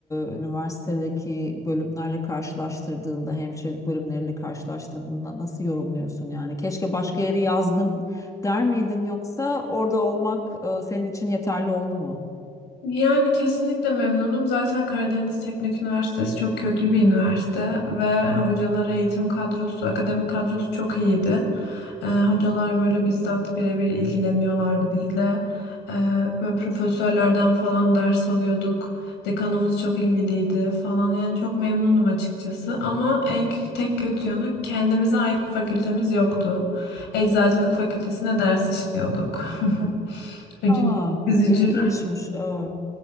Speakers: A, on the left (about 20°); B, on the left (about 85°).
A: e, üniversitedeki bölümlerle karşılaştırdığında, hemşirelik bölümleriyle karşılaştırdığında nasıl yorumluyorsun yani? Keşke başka yere yazdım der miydin yoksa orada olmak e, senin için yeterli oldu mu?
B: Yani kesinlikle memnunum. Zaten Karadeniz Teknik Üniversitesi çok köklü bir üniversite ve hocaları, eğitim kadrosu, akademik kadrosu çok iyiydi. Ee, hocalar böyle bizzat birebir ilgileniyorlardı bizle. Ee, böyle profesörlerden falan ders alıyorduk. Dekanımız çok ilgiliydi falan. Yani çok memnunum açıkçası. Ama en tek kötü yanı kendimize ait bir fakültemiz yoktu. Eczacılık fakültesine ders işliyorduk. <laughs> Üc-
A: Aa,
B: Üzücü.
A: ilginçmiş. evet.